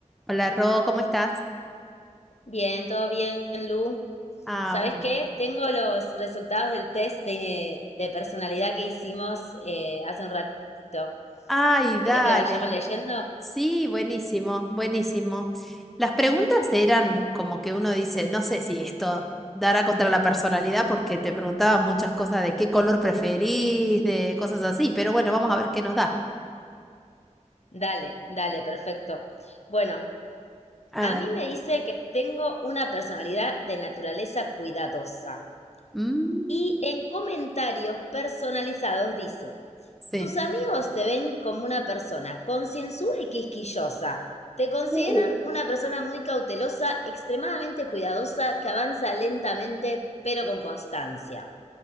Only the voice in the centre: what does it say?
Hola, Ro, ¿cómo estás?
Ah,
bueno.
Ay, dale.
Sí, buenísimo, buenísimo. Las preguntas eran como que uno dice, no sé si esto dará contra la personalidad porque te preguntaban muchas cosas de qué color preferís, de cosas así, pero bueno, vamos a ver qué nos da.
A
ver.
Mm,
sí.
Uh,